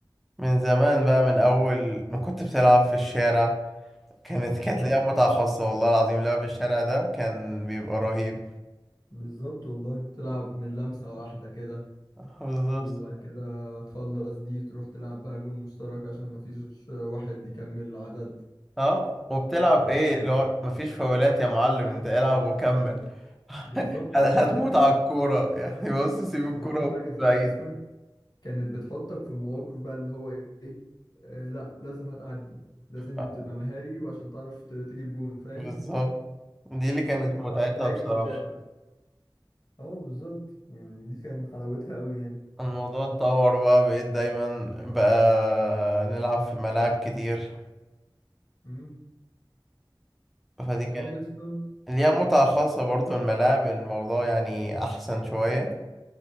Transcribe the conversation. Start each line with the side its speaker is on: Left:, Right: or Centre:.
Centre: من زمان بقى من اول ما كنت بتلعب في الشارع كانت كانت
Left: اه
Centre: ليها متعة خاصة والله العظيم لعب الشارع ده كان بيبقى رهيب
Left: بالظبط والله تلعب من لمسة واحدة كده
Centre: <laughs> بالظبط
Left: وبعد كده تخلص دي تروح تلعب بقى جون مشترك عشان مفيش واحد يكمل العدد
Centre: اه وبتلعب ايه لو مفيش فاولات يا معلم انت العب وكمل <laughs>
Left: بالظبط
Centre: هتموت
Left: وك-
Centre: على الكورة يعني بص سيب الكورة
Left: وأحلى
Centre: وموت
Left: حاجة فيها
Centre: بعيد
Left: يا اسطى كانت بتحطك في مواقف بقى اللي هو إيه آه لا لازم هتعدي لازم
Centre: آه،
Left: تبقى مهاري وعشان تعرف ت- تجيب جون فاهم
Centre: بالظبط دي اللي كانت
Left: لازم
Centre: متعتها
Left: تعرف تهاجم
Centre: بصراحة
Left: وتدافع اه بالظبط يعني دي كان حلاوتها أوي يعني
Centre: الموضوع اتطور بقى بقيت دايما بقى نلعب في ملاعب كتير
Left: امم
Centre: فدي
Left: وكمان
Centre: كانت
Left: يا اسطى
Centre: ليها متعة خاصة برضو الملاعب الموضوع يعني أحسن شوية